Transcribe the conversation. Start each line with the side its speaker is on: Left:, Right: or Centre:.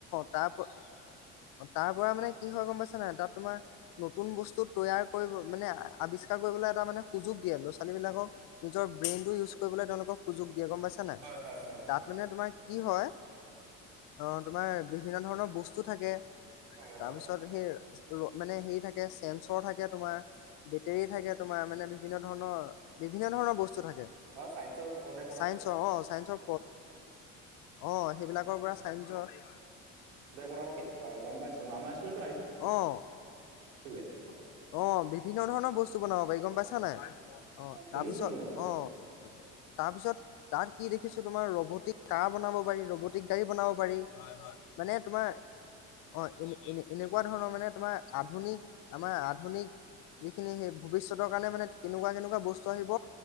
Left: তাপ অ', তাৰ পৰা মানে কি হয় গম পাইছ? তাত তোমাৰ নতুন বস্তু তৈয়াৰ কৰিব, মানে আৱিষ্কাৰ <unintelligible> এটা মানে সুযোগ দিয়ে। ল'ৰা-ছোৱালী বিলাকক নিজৰ ব্ৰেইন ইউজ কৰিবলৈ তেওঁলোক সুযোগ দিয়ে গম পাইছা নাই?
Right: হয় হয় হয়
Left: তাত মানে তোমাৰ কি হয়। অ', তোমাৰ বিভিন্ন ধৰণৰ বস্তু থাকে।
Right: তাকে
Left: তাৰ
Right: হয়
Left: পিছত সেই ৰ- মানে হেৰি থাকে চেঞ্চৰ থাকে তোমাৰ, বেটেৰী থাকে তোমাৰ, মানে বিভিন্ন ধৰণৰ বিভিন্ন ধৰণৰ বস্তু থাকে।
Right: অ চাইন্সৰ প্ৰজেক্ট বনা
Left: চাইন্সৰ অ' চাইন্সৰ অ', সেইবিলাকৰ পৰা চাইঞ্চৰ
Right: <unintelligible> অ', গম পাইছো আমাৰ স্কুলতো আহি
Left: অ'।
Right: <unintelligible>
Left: অ', বিভিন্ন ধৰণৰ বস্তু বনাব পাৰি গম পাইছ নাই? অ',
Right: শুনিছিলো
Left: তাৰপিছত
Right: মই।
Left: অ', তাৰপিছত তাৰ কি দেখিছো তোমাৰ ৰবটিক কাৰ বনাব পাৰি, ৰবটিক গাড়ী বনাব পাৰি। মানে তোমাৰ অ' এনে-এনে-এনেকুৱা ধৰণৰ মানে তোমাৰ, আধুনিক আমাৰ যিখিনি সেই ভবিষ্যতৰ কাৰণে মানে কেনেকুৱা-কেনেকুৱা বস্তু আহিব।